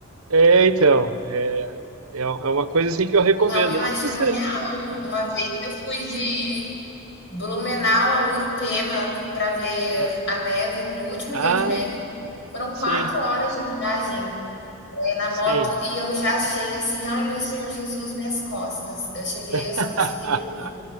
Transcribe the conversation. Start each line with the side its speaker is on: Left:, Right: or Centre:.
Right: É, então, é, é um- é uma coisa assim que eu recomendo.
Left: Não me imagino
Right: Não precisa ser.
Left: real. Uma vez eu fui de Blumenau a Urupema para ver
Right: Ah,
Left: a neve, no último
Right: ah,
Left: dia de neve. Foram
Right: sim,
Left: quatro horas de viagem, eh, na moto
Right: sim.
Left: e eu já achei assim, ai meu Senhor Jesus, minhas costas. Eu cheguei,
Right: <laughs>
Left: eu só consegui dormir.